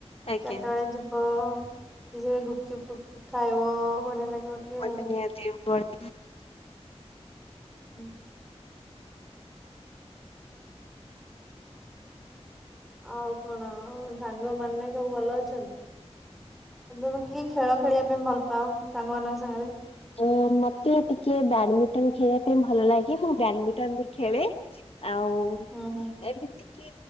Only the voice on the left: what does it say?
ଆଜ୍ଞା
ପତ୍
ନିତି <unintelligible>
ଅ ମତେ ଟିକେ ବ୍ୟାଡମିଟନ ଖେଳିବା ପାଇଁ ଭଲ ଲାଗେ ମୁଁ ବ୍ୟାଡମିଣ୍ଟନ ବି ଖେଳେ। ଆଉ
ଏମିତି କି